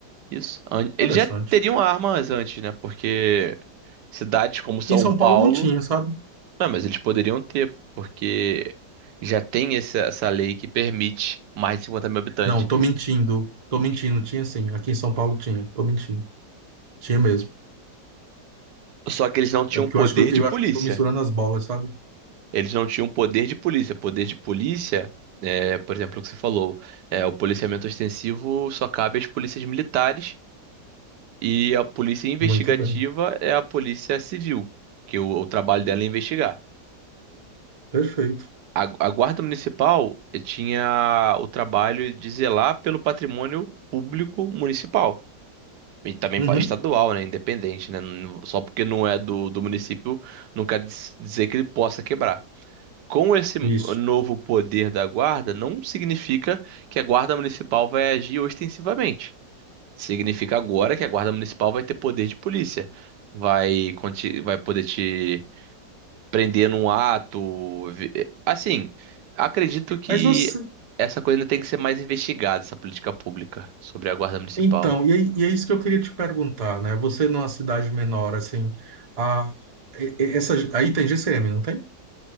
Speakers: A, on the right; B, on the right.
A: isso. An- Eles
B: Interessante.
A: já teriam armas antes, né? Porque cidades como
B: Aqui
A: São
B: em São
A: Paulo.
B: Paulo não tinha, sabe?
A: Não, mas eles poderiam ter, porque já tem esse- essa lei que permite mais de 50 mil habitantes.
B: Não, tô mentindo. Tô mentindo, tinha sim. Aqui em São Paulo tinha. Tô mentindo. Tinha mesmo.
A: Só que eles não tinham
B: É porque
A: poder
B: eu acho que eu, eu
A: de polícia.
B: acho que eu tô misturando as bolas, sabe?
A: Eles não tinham poder de polícia. Poder de polícia, é, por exemplo, o que você falou, é, o policiamento ostensivo só cabe às polícias militares e a polícia investigativa
B: Muito bem.
A: é a polícia civil, que o, o trabalho dela é investigar.
B: Perfeito.
A: A, a guarda municipal eh, tinha o trabalho de zelar pelo patrimônio público municipal. E também
B: Uhum,
A: pa- estadual, né? Independente, né? não- Só porque não é do, do município, não quer diz- dizer que ele possa quebrar. Com esse
B: isso.
A: novo poder da guarda, não significa que a guarda municipal vai agir ostensivamente. Significa agora que a guarda municipal vai ter poder de polícia. Vai, conti- vai poder te prender num ato. vi- eh, Assim, acredito que
B: Mas você,
A: essa coisa ainda tem que ser mais investigada, essa política pública sobre a guarda municipal.
B: então, e é, e é isso que eu queria te perguntar, né? Você numa cidade menor, assim, a, e- e- essa, aí tem GCM, não tem?